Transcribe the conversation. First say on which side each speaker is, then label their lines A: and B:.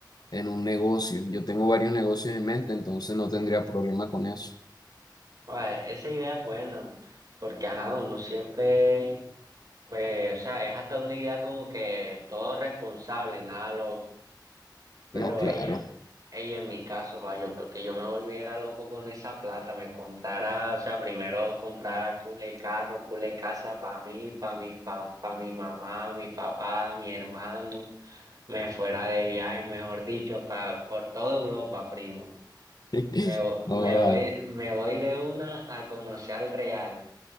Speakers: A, on the left (about 55°); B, on the right (about 50°).
A: en un negocio. Yo tengo varios negocios en mente, entonces no tendría problema con eso.
B: Pa, esa idea es buena, po, porque ajá, uno siempre, pues, o sea, es hasta una idea como que todo responsable, nada loco. Pero
A: No, claro.
B: ella, ella en mi caso, va, yo creo que yo me volviera loco con esa plata, me comprara, o sea, primero comprara cule carro, cule casa para mí, para mi, pa, pa mi mamá, mi papá, mi hermano, me fuera de viaje, mejor dicho, pa, por toda Europa, primo.
A: <laughs>
B: Me, vo- me
A: Joda.
B: voy, me voy de una a conocer al Real.